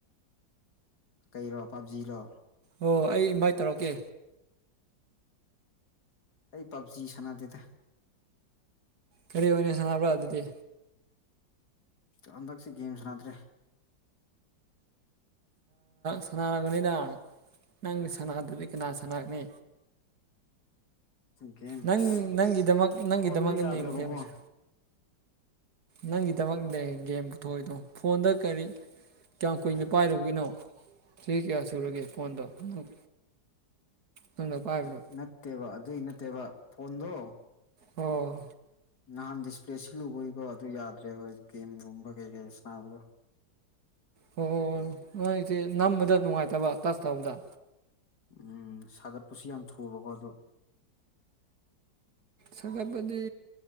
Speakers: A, on the left (about 60°); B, on the right (about 55°).
A: ꯀꯩꯔꯣ ꯄꯞꯖꯤꯔꯣ
B: ꯍꯣꯏ ꯑꯩ ꯏꯟꯚꯥꯏꯠ ꯇꯧꯔꯛꯀꯦ
A: ꯑꯩ ꯄꯞꯖꯤ ꯁꯥꯟꯅꯗꯦꯗ
B: ꯀꯔꯤ ꯑꯣꯏꯅ ꯁꯥꯟꯅꯕ꯭ꯔꯥ ꯑꯗꯨꯗꯤ
A: ꯍꯟꯗꯛꯁꯤ ꯒꯦꯝ ꯁꯥꯟꯅꯗ꯭ꯔꯦ
B: ꯁꯥꯟꯅꯔꯕꯅꯤꯗ ꯅꯪꯒ ꯁꯥꯟꯅꯥꯗꯗꯤ ꯀꯅꯥ ꯁꯥꯟꯅꯒꯅꯤ
A: ꯒꯦꯝ
B: ꯅꯪ
A: ꯑꯁ
B: ꯅꯪꯒꯤꯗꯃꯛ ꯅꯪꯒꯤꯗꯃꯛꯅꯤꯅꯦ
A: ꯐꯣꯟꯗꯨ ꯌꯥꯗ꯭ꯔꯕꯀꯣ
B: ꯒꯦꯝꯁꯦ ꯅꯪꯒꯤꯗꯃꯛꯅꯦ ꯒꯦꯝ ꯄꯨꯊꯣꯛꯏꯗꯣ ꯐꯣꯟꯗ ꯀꯔꯤ ꯀꯌꯥꯝ ꯀꯨꯏꯅ ꯄꯥꯏꯔꯨꯕꯒꯤꯅꯣ ꯆꯍꯤ ꯀꯌꯥ ꯁꯨꯔꯒꯦ ꯐꯣꯟꯗꯣ ꯑꯃꯛ ꯅꯪꯅ ꯄꯥꯏꯕꯗꯣ
A: ꯅꯠꯇꯦꯕ ꯑꯗꯨꯏ ꯅꯠꯇꯦꯕ ꯐꯣꯟꯗꯣ
B: ꯑꯣ
A: ꯅꯍꯥꯟꯗ ꯏꯁꯄ꯭ꯂꯦ ꯁꯤꯂꯨꯕꯒꯤꯀꯣ ꯑꯗꯨ ꯌꯥꯗ꯭ꯔꯦꯕ ꯒꯦꯝꯒꯨꯝꯕ ꯀꯩ ꯀꯩ ꯁꯕꯗꯣ
B: ꯍꯣꯏ ꯍꯣꯏ ꯍꯣꯏ ꯅꯣꯏꯁꯦ ꯅꯝꯕꯗ ꯅꯨꯡꯉꯥꯏꯇꯕ ꯇꯁ ꯇꯧꯕꯗ
A: ꯎꯝ ꯁꯥꯒꯠꯄꯁꯨ ꯌꯥꯝ ꯊꯨꯕꯀꯣ ꯑꯣ
B: ꯁꯥꯒꯠꯄꯗꯤ